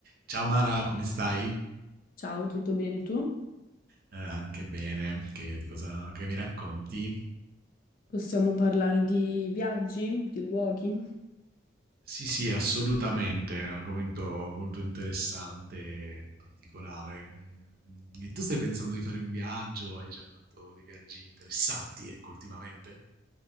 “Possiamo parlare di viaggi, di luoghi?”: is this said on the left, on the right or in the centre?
Left